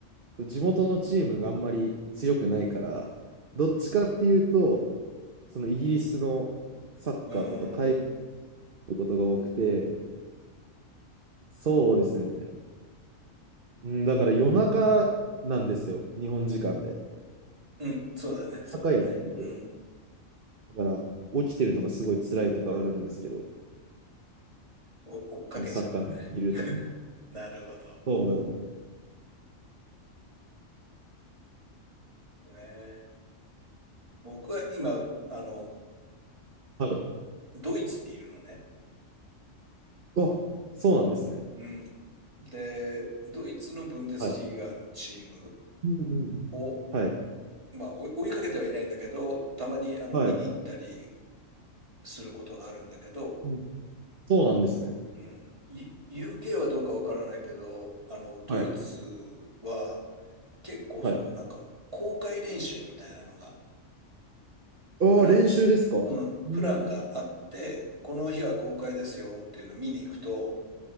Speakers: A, on the right (about 45°); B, on the right (about 25°).
A: そう地元のチームがあんまり強くないから、どっちかっていうと、そのイギリスのサッカーとか海外に
B: うーん。
A: いることが多くて、そうですね。うん、だから夜中なんですよ、日本時間で。夜
B: うん。そうだね。そうだね。
A: 中やってて
B: うん。
A: だから起きてるのがすごい辛いとかあるんですけど、
B: お、追っかけちゃうんだね。
A: あのサッカー見るために。
B: なるほど。
A: そうなの。
B: ね。僕は今、あの、
A: はい。
B: ドイツにいるのね。
A: あ、そうなんですね。
B: うん。で、ドイツのブンデスリーガのチーム
A: はい。うんうんうん。
B: を、
A: はい。
B: まあ、追い追いかけてはいないんだけど、たまにあの見に行ったり
A: はい。
B: することがあるんだけど、
A: うんそうなんですね。
B: うん、U- UK はどうかわからないけど、あの、ドイツ
A: はい。
B: は結構そのなんか公開練習みたいなのが、
A: はい。ああ、
B: プラン、
A: 練習ですか。
B: うん、
A: うん。
B: プランがあって、この日は公開ですよっていうのを見に行くと、